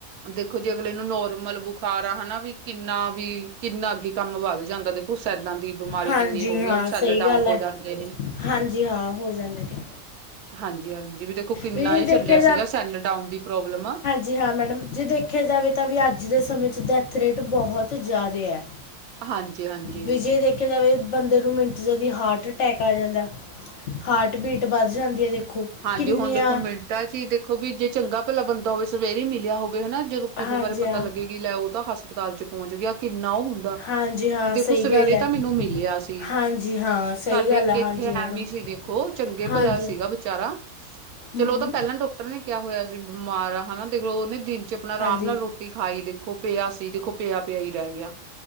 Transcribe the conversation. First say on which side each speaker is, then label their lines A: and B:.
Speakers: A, on the right; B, on the left.
A: ਦੇਖੋ ਜੇ ਅਗਲੇ ਨੂੰ ਨੋਰਮਲ ਬੁਖਾਰ ਆ, ਹਨਾ ਵੀ ਕਿੰਨਾ ਵੀ ਕਿੰਨਾ ਅੱਗੇ ਕੰਮ ਵੱਧ ਜਾਂਦਾ, ਦੇਖੋ ਸੈਲਾਂ ਦੀ ਬਮਾਰੀ
B: ਹਾਂਜੀ
A: ਕਿੰਨੀ ਹੋਗੁ
B: ਹਾਂ
A: ਆ, ਵੀ ਸੈਲ
B: ਸਹੀ
A: ਡਾਊਨ
B: ਗੱਲ ਹੈ
A: ਹੋ ਜਾਂਦੇ ਨੇ।
B: ਹਾਂਜੀ ਹਾਂ ਹੋ ਜਾਂਦੇ ਨੇ
A: ਹਾਂਜੀ-ਹਾਂਜੀ, ਵੀ ਦੇਖੋ ਕਿੰਨਾ
B: ਵੀ ਜੇ
A: ਹੀ
B: ਦੇਖਿਆ
A: ਚੱਲਿਆ ਸੀਗਾ ਸੈਲ ਡਾਊਨ ਦੀ ਪ੍ਰੋਬਲਮ।
B: ਜੀ ਹਾਂ ਮੈਡਮ, ਜੇ ਦੇਖਿਆ ਜਾਵੇ ਤਾਂ ਵੀ ਅੱਜ ਦੇ ਸਮੇਂ 'ਚ ਡੈਥ ਰੇਟ ਬਹੁਤ ਜ਼ਿਆਦੇ ਆ।
A: ਹਾਂਜੀ-ਹਾਂਜੀ,
B: ਵਿਜੇ ਦੇਖਿਆ ਜਾਵੇ, ਬੰਦੇ ਨੂੰ ਮਿੰਟ'ਚ ਜਦੀ ਹਾਰਟ ਅਟੈਕ ਆ ਜਾਂਦਾ। ਹਾਰਟ ਬੀਟ ਬੱਧ ਜਾਂਦੀ ਆ, ਦੇਖੋ। ਕਿੰਨੀਆਂ
A: ਜੇ ਹੁਣ ਦੇਖੋ ਮਿੰਟਾਂ'ਚ ਹੀ ਦੇਖੋ, ਵੀ ਜੇ ਚੰਗਾ ਭਲਾ ਬੰਦਾ ਹੋਵੇ ਸਵੇਰੇ ਹੀ ਮਿਲਿਆ ਹੋਵੇ, ਹਨਾ? ਜਦੋਂ ਕਿਸੇ
B: ਹਾਂਜੀ
A: ਬਾਰੇ ਪਤਾ
B: ਹਾਂ
A: ਲੱਗੇ ਕਿ ਲੈ ਉਹ ਤਾਂ ਹਸਪਤਾਲ ਚ ਪਹੁੰਚ ਗਿਆ, ਕਿੰਨਾ ਉਹ ਹੁੰਦਾ
B: ਹਾਂਜੀ ਹਾਂ ਸਹੀ
A: ਸਵੇਰੇ
B: ਗੱਲ ਹੈ
A: ਤਾਂ ਮੈਨੂੰ ਮਿਲਿਆ ਸੀ।
B: ਹਾਂਜੀ ਹਾਂ ਸਹੀ
A: ਸਾਡੇ
B: ਗੱਲ
A: ਇੱਕ
B: ਹੈ
A: ਇੱਥੇ
B: ਹਾਂਜੀ ਮੈਡਮ
A: ਐਮੇ ਹੀ ਸੀ ਦੇਖੋ ਖੋ ਚੰਗੇ
B: ਹਾਂਜੀ
A: ਭਲਾ ਸੀਗਾ ਵਿਚਾਰਾ,
B: ਹੂੰ
A: ਚਲੋ ਉਹ ਤਾਂ ਪਹਿਲਾਂ ਡਾਕ ਡਾਕਟਰ ਨੇ ਕਿਹਾ ਹੋਇਆ ਸੀ ਬਿਮਾਰ ਆ, ਹਨਾ ਦੇਖ ਲੋ ਉਹਨੇ ਦਿਨ ਆਪਣਾ ਆਰਾਮ
B: ਹਾਂਜੀ
A: ਨਾਲ ਰੋਟੀ ਖਾਈ ਦੇਖੋ ਪਿਆ ਸੀ, ਦੇਖੋ ਪਿਆ-ਪਿਆ ਈ ਰਹਿ ਗਿਆ।